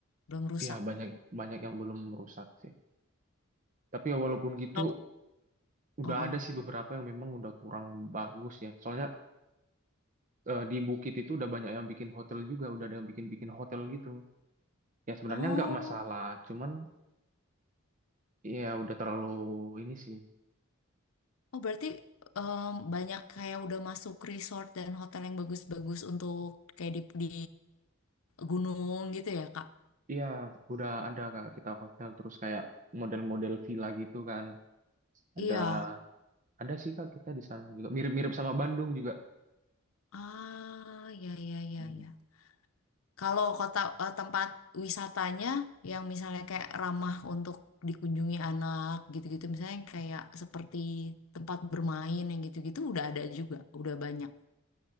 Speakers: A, on the left; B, on the right.
A: Belum rusak.
B: ya banyak banyak yang belum rusak sih. Tapi ya walaupun gitu,
A: Kalau-
B: udah
A: Oh, oh.
B: ada sih beberapa yang memang udah kurang bagus ya. Soalnya eh, di Bukit itu udah banyak yang bikin hotel juga, udah ada yang bikin-bikin hotel gitu. Ya sebenarnya
A: Oh,
B: nggak masalah, cuman ya udah terlalu ini sih.
A: oh, berarti em, banyak kayak udah masuk resort dan hotel yang bagus-bagus untuk kayak di, di gunung gitu ya, Kak?
B: Iya, udah ada kak kita hotel terus kayak model-model villa gitu kan. Ada
A: Iya.
B: ada sih kak kita di sana juga mirip-mirip sama Bandung juga.
A: Ah, ya ya ya
B: Hmm.
A: ya. Kalau kota eh, tempat wisatanya yang misalnya kayak ramah untuk dikunjungi anak gitu-gitu, misalnya yang kayak seperti tempat bermain yang gitu-gitu udah ada juga, udah banyak.